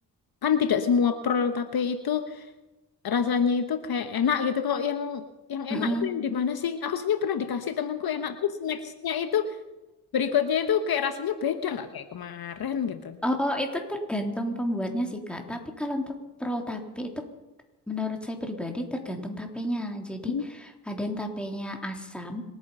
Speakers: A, on the left; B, in the centre.
A: kan tidak semua prol tape itu rasanya itu kayak enak gitu kok yang yang
B: Mm-mm.
A: enak itu yang di mana sih aku sebenarnya pernah dikasih temanku enak terus nextnya itu berikutnya itu kayak rasanya beda nggak kayak kemarin gitu
B: Oh, itu tergantung pembuatnya sih, Kak. Tapi kalau untuk prol tape itu Menurut saya pribadi tergantung tapenya. Jadi
A: Hmm,
B: ada yang tapenya asam,